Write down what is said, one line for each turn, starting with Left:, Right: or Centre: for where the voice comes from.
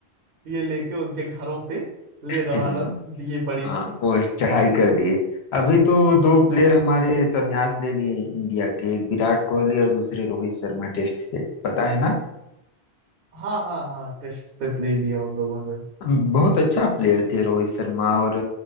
Right: ये लेके उनके घरों पे ले
Left: हम्म
Right: दनादन दिए पड़ी
Left: हाँ
Right: थी
Left: वो चढ़ाई कर दिए अभी तो दो प्लेयर हमारे संन्यास ले लिए इंडिया के एक विराट कोहली और दूसरे रोहित शर्मा टेस्ट से पता है ना
Right: हाँ हाँ हाँ टेस्ट सेट ले लिया उन लोगों ने
Left: बहुत अच्छा प्लेयर थे रोहित शर्मा और